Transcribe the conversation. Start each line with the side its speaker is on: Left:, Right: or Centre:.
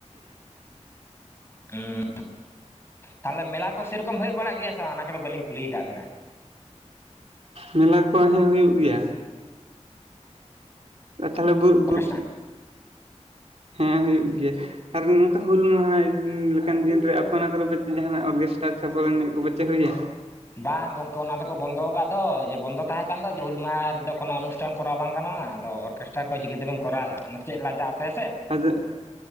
Left: ᱩᱸ ᱛᱟᱦᱚᱞᱮ ᱢᱮᱞᱟ ᱠᱚ ᱥᱮᱨᱚᱠᱚᱢ ᱦᱩᱭᱩᱜ ᱵᱟᱲᱟᱜ ᱜᱮᱭᱟ ᱥᱮ ᱵᱟᱝ, ᱚᱱᱟ ᱠᱚᱫᱚ ᱵᱟᱹᱞᱤᱧ ᱠᱩᱞᱤ ᱟᱠᱟᱫ ᱵᱮᱱᱟ ᱿
Right: ᱢᱮᱞᱟ ᱠᱚ ᱦᱮᱸ ᱦᱩᱭᱩᱜ ᱜᱮᱭᱟ ᱾ ᱛᱟᱦᱚᱞᱮ ᱵᱟᱹᱜ
Left: ᱚᱨᱠᱮᱥᱴᱨᱟ
Right: ᱵᱟᱹᱜᱼᱼ ᱦᱮᱸ ᱦᱩᱭᱩᱜ ᱜᱮᱭᱟ ᱾ ᱟᱨ ᱱᱚᱝᱠᱟ ᱦᱩᱞ ᱢᱟᱦᱟ ᱞᱮᱠᱟᱱ ᱫᱤᱱ ᱨᱮ ᱟᱯᱮ ᱚᱱᱟ ᱠᱚᱨᱮ ᱯᱟᱪᱮ ᱡᱟᱦᱟᱱᱟᱜ ᱚᱨᱠᱮᱥᱴᱟᱨ ᱪᱷᱟᱯᱚᱞ ᱮᱱᱮᱡ ᱠᱚ ᱯᱟᱪᱮᱫ ᱦᱩᱭᱮᱱ?
Left: ᱵᱟᱝ ᱜᱚᱝᱠᱮ ᱚᱱᱟ ᱫᱚᱠᱚ ᱵᱚᱱᱫᱚ ᱟᱠᱟᱫ ᱫᱚ, ᱡᱮ ᱵᱚᱱᱫᱚ ᱛᱟᱦᱮᱸ ᱠᱟᱱ ᱫᱚ ᱡᱮ ᱦᱩᱞ ᱢᱟᱦᱟ ᱨᱮᱫᱚ ᱠᱚᱱᱚ ᱚᱱᱩᱥᱼᱼ ᱴᱟᱱ ᱠᱚᱨᱟᱣ ᱵᱟᱝ ᱜᱟᱱᱚᱜᱼᱟ, ᱟᱫᱚ ᱚᱨᱠᱮᱥᱴᱨᱟ ᱠᱚ ᱪᱤᱠᱟᱹᱛᱮ ᱵᱤᱱ ᱠᱚᱨᱟᱣᱟ ᱚᱱᱟ ᱪᱮᱫ ᱞᱟᱡᱟᱣ ᱛᱮ ᱥᱮ ᱾
Right: ᱟᱫᱚᱼᱼ <unintelligible>